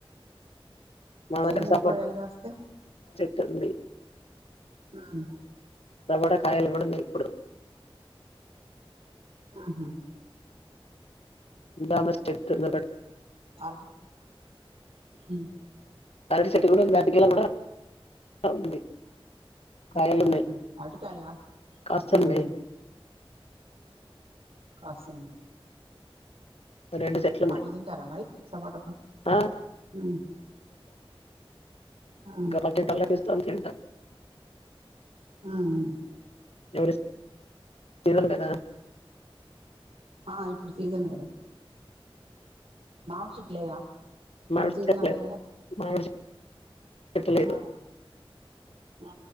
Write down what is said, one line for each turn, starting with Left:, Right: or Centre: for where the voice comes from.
Left: మా దగ్గర
Right: ఏమేం
Left: సపోటా
Right: కూరగాయలు కాస్తాయి
Left: <unintelligible>
Right: ఉమ్
Left: టమోటా కాయలు కూడా ఉన్నాయి ఇప్పుడు
Right: ఆహా
Left: <unintelligible> చెట్టు ఉంది ఒకటి
Right: <unintelligible> హుం
Left: బాదం చెట్టు కూడా ఉంది అరటి గెల కూడా ఉంది కాయలు ఉన్నాయి
Right: ఉహు అరటికాయలు కాస్
Left: కాస్తున్నాయ్
Right: ఉహు కాస్తున్నాయ్
Left: రెండు చెట్లు
Right: పండ్లు
Left: ఉన్నాయి
Right: తింటారా మరి సపోట పండ్లు
Left: ఆ
Right: ఉమ్ ఉమ్
Left: గర్ర కిట్టాల పిస్తాన్ తింటాం
Right: ఉ ఉమ్
Left: ఎవరిస్ సీజన్ గదా
Right: ఆ ఇప్పుడు సీజన్ కదా మామిడి చెట్టు లేదా ఇప్పుడు
Left: మామిడి
Right: సీజన్
Left: చెట్లు
Right: అదే కదా
Left: మామిడి చెట్టు లేదు
Right: ఆ ఆ